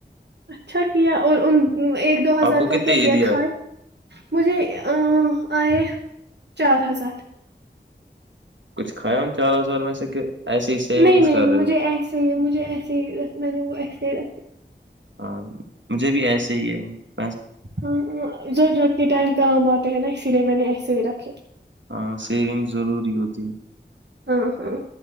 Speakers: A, on the right; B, on the right.
A: اچھا کیا اور ان ایک دو ہزار
B: آپ کو
A: کا
B: کتنی
A: کیا کیا
B: عیدی آئی
A: کائے مجھے آئے چار ہزار
B: کچھ کھایاوں چار ہزار میں سے کہ ایسے ہی سیونگس
A: نہیں نہیں
B: کر رہے
A: مجھے
B: ہو
A: ایسے ہی مجھے ایسے ہی میں نے وہ ایسے ہی رکھے
B: ہاں مجھے بھی ایسے ہی ہے ہ
A: ہاں جوور رگتی ٹائم کام آ ہیں نا اسی لیے میں نے ایسے ہی رکھے
B: ہاں سیونگ ضروری ہوتی ہیں
A: ہاں ہاں